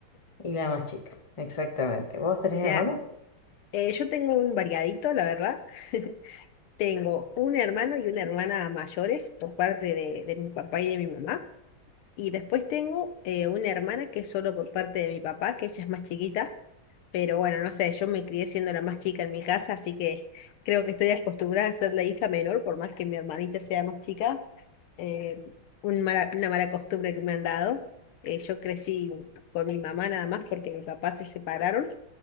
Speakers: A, on the left (about 25°); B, on the left (about 85°).
A: Y la más chica. Exactamente. ¿Vos tenés
B: Mirá,
A: hermanos?
B: Eh, yo tengo un variadito, la verdad. <laughs> Tengo un hermano y una hermana mayores por parte de, de mi papá y de mi mamá. Y después tengo eh, una hermana que es solo por parte de mi papá, que ella es más chiquita. Pero bueno, no sé, yo me crié siendo la más chica en mi casa, así que creo que estoy acostumbrada a ser la hija menor, por más que mi hermanita sea más chica. Eh, un mala- una mala costumbre que me han dado. Eh, yo crecí con mi mamá nada más porque mi papá se separaron